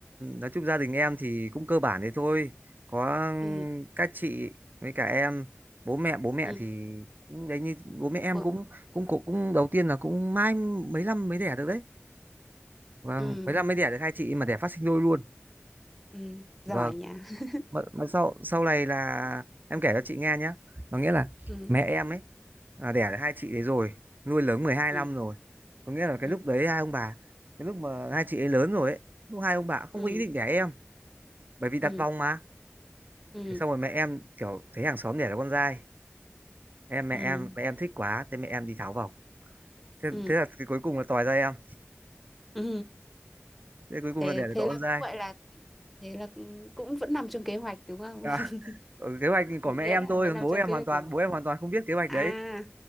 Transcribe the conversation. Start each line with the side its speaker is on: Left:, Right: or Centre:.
Right: nói chung gia đình em thì cũng cơ bản thế thôi. Có
Centre: ừ,
Right: các chị với cả em, bố mẹ bố mẹ
Centre: ừ,
Right: thì cũng đấy như bố mẹ em
Centre: bu-
Right: cũng cũng cũng, cũng đầu tiên là cũng mãi mấy năm mới đẻ được đấy. Vâng,
Centre: ừ,
Right: mấy năm mới đẻ được hai chị mà đẻ phát sinh đôi luôn.
Centre: ừ, giỏi
Right: Vâng,
Centre: nha. <laughs>
Right: mà, mà sau sau này là em kể cho chị nghe nhé. Có nghĩa là
Centre: Ừ,
Right: mẹ em ấy là đẻ được hai chị đấy rồi, nuôi lớn mười hai
Centre: ừ,
Right: năm rồi. Có nghĩa là cái
Centre: ừ,
Right: lúc đấy hai ông bà cái lúc mà hai chị ấy lớn rồi ấy, lúc hai ông bà cũng không
Centre: ừ,
Right: có ý định đẻ em bởi vì đặt
Centre: ừ,
Right: vòng mà
Centre: ừ,
Right: Thế xong rồi mẹ em kiểu thấy hàng xóm đẻ là con trai em mẹ
Centre: ừ,
Right: em mẹ em thích quá thế mẹ em đi tháo vòng thế,
Centre: ừ,
Right: thế là cái cuối cùng là tòi ra em
Centre: ừ.
Right: thế cuối cùng
Centre: Thế
Right: là đẻ được
Centre: thế
Right: cậu
Centre: là
Right: con trai
Centre: cũng gọi là thế là cũng cũng vẫn nằm trong kế hoạch đúng không?
Right: à,
Centre: <laughs>
Right: ừ, kế hoạch của
Centre: Nghĩa
Right: mẹ em
Centre: là
Right: thôi
Centre: vẫn
Right: còn
Centre: nằm
Right: bố
Centre: trong
Right: em
Centre: kế
Right: hoàn
Centre: hoạch
Right: toàn
Centre: của
Right: bố em hoàn toàn không biết kế hoạch
Centre: à
Right: đấy